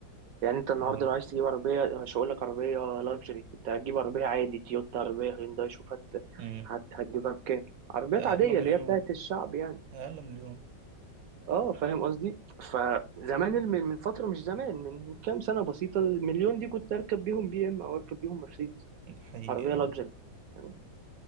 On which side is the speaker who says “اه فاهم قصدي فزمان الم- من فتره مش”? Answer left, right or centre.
Right